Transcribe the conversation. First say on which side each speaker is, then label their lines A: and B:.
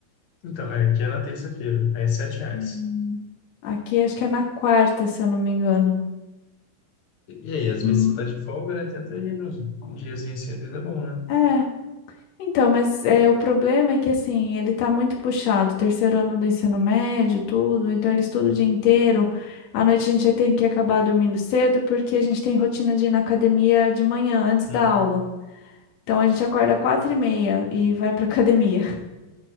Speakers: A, on the left; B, on the left.
A: Então, é, aqui é na terça-feira, aí é 7 reais.
B: Hum, Aqui acho que é na quarta, se eu não me engano.
A: E aí, às
B: hum.
A: vezes você tá de folga, né? Tenta ir nos diazinhos assim, às vezes é bom, né?
B: É. Então, mas é, o problema é que assim, ele tá muito puxado, terceiro ano do ensino médio, tudo, então ele estuda o dia inteiro. À noite a gente já tem que acabar dormindo cedo, porque a gente tem rotina de ir na academia de manhã, antes
A: Hum,
B: da aula. Então a gente acorda quatro e meia e vai pra <laughs> academia.